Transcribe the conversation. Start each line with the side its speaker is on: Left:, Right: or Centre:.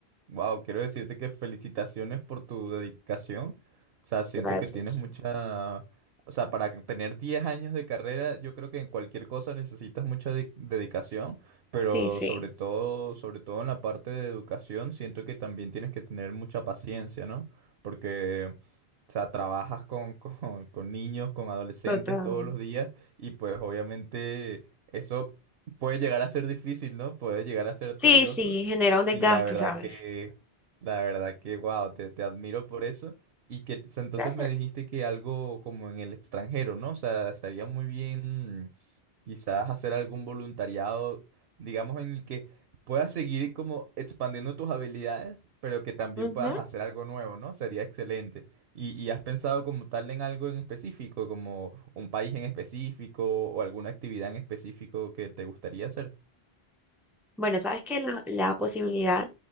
Right: wow, quiero decirte que felicitaciones por tu dedicación. O sea, siento
Centre: Gracias.
Right: que tienes mucha, o sea, para tener diez años de carrera, yo creo que en cualquier cosa necesitas mucha de- dedicación. Pero
Centre: Sí, sí,
Right: sobre todo, sobre todo en la parte de educación, siento que también tienes que tener mucha paciencia, ¿no? Porque, o sea, trabajas con, <laughs> con, con niños, con adolescentes
Centre: total.
Right: todos los días y pues obviamente eso puede llegar a ser difícil, ¿no? Puede llegar a ser tedioso
Centre: Sí, sí, genera un desgaste,
Right: y la verdad
Centre: ¿sabes?
Right: que, la verdad que, wow, te, te admiro por eso. Y que s- entonces
Centre: Gracias.
Right: me dijiste que algo como en el extranjero, ¿no? O sea, estaría muy bien mm, quizás hacer algún voluntariado digamos, en el que puedas seguir como expandiendo tus habilidades, pero que también
Centre: Ujú.
Right: puedas hacer algo nuevo, ¿no? Sería excelente. ¿Y, y has pensado como tal en algo en específico, como un país en específico o alguna actividad en específico que te gustaría hacer?
Centre: Bueno, sabes que la, la posibilidad,